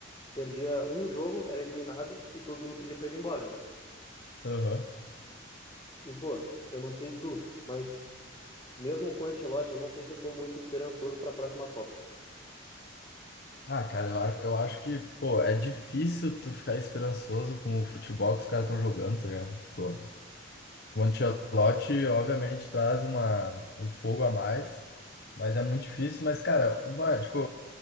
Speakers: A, on the left; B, on the left.
A: perdia um jogo, era eliminado e todo mundo pedia pra ele ir embora, né?
B: Aham.
A: E, pô, eu não sei tu, mas mesmo com o Ancelotti, eu não sei se eu tô muito esperançoso pra próxima Copa.
B: Ah, cara, eu, a- eu acho que, pô, é difícil tu ficar esperançoso com o futebol que os caras estão jogando, tá ligado? Tipo... O Ancelotti, obviamente, traz uma, um fogo a mais, mas é muito difícil. Mas, cara, uma, tipo,